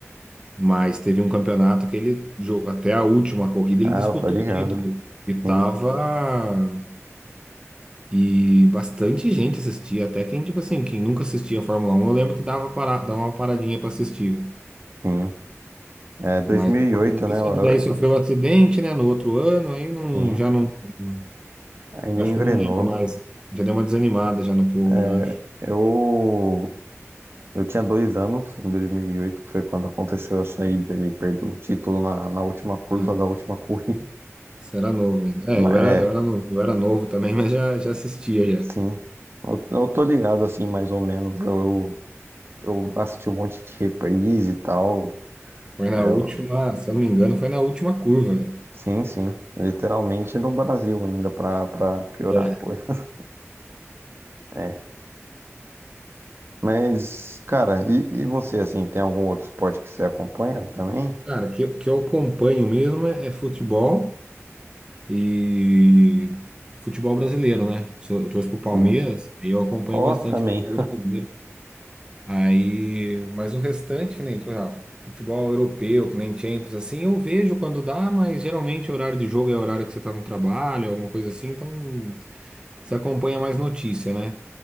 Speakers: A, on the right (about 20°); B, on the right (about 50°).
A: Mas teve um campeonato que ele, jo- até a última corrida,
B: Ah,
A: ele disputou
B: eu tô ligado,
A: o título. E
B: sim,
A: tava E bastante gente assistia, até quem, tipo assim, quem nunca assistia a Fórmula Um eu lembro que dava, para, dava uma paradinha para assistir.
B: sim. É, 2008,
A: Mas depois disso,
B: né? Eu,
A: ele daí
B: eu-
A: sofreu um acidente, né, no outro ano, aí não,
B: sim,
A: já não, não-
B: ainda
A: acho
B: engrenou.
A: que eu não lembro mais. Já deu uma desanimada já no povo,
B: É,
A: já acho.
B: eu, eu tinha dois anos em 2008, que foi quando aconteceu a saída. Ele perdeu o título na, na última curva
A: Ah,
B: da última <laughs> corrida.
A: Você era novo ainda.
B: Mas,
A: É, eu era,
B: é,
A: eu era novo, eu era novo também, <laughs> mas já, já assistia já.
B: sim. Eu, eu tô ligado, assim, mais ou menos. Eu, eu assisti um monte de reprise e tal.
A: Foi na
B: É,
A: última,
B: eu-
A: se eu não me engano, foi na última curva, velho.
B: sim, sim. Literalmente no Brasil ainda, pra, pra piorar
A: É.
B: a coisa. <laughs> É. Mas, cara, e, e você, assim, tem algum outro esporte que você acompanha também?
A: Cara, que, eu- que eu acompanho mesmo é, é futebol. E futebol brasileiro, né? Sou- Eu torço pro Palmeiras,
B: Sim.
A: aí eu acompanho
B: Ó,
A: bastante
B: também.
A: futebol brasileiro. Aí, mas o restante, que nem, tipo, ah, futebol europeu, que nem Champions, assim, eu vejo quando dá, mas geralmente o horário de jogo é o horário que você tá no trabalho, alguma coisa assim, então você acompanha mais notícia, né?